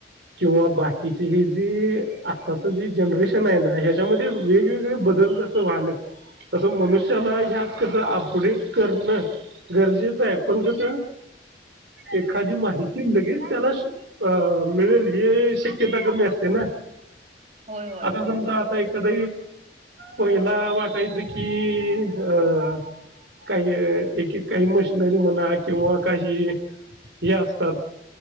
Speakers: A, on the right; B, on the right.
A: किंवा बाकीचे हे जे आताच जे जनरेशन आहे ना, ह्याच्यामध्ये वेगवेगळे बदल जस व्हायल तास मनुष्याला
B: हं.
A: ह कस अपडेट करणं गरजेचं आहे, पण कसं एखादी माहिती लगेच त्याला अ मिळेल हे शक्यता कमी असते. तेना्हा
B: होय, होय.
A: आता समजा आता एखाद पहिला वाटायचं कि अ काही एक काही मशनरी म्हणा, किंवा काही हे असतात,